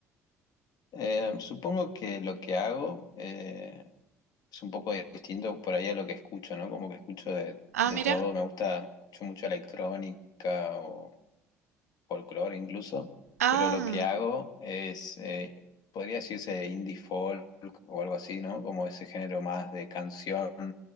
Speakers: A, on the left; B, on the right.
A: Eh, supongo que lo que hago eh, es un poco distinto por ahí a lo que escucho, ¿no? Como que escucho de,
B: Ah,
A: de
B: mira.
A: todo, me gusta, escucho mucha electrónica o folclore incluso,
B: Ah,
A: pero lo que hago es, eh, podría decirse indie folk o algo así, ¿no? Como ese género más de canción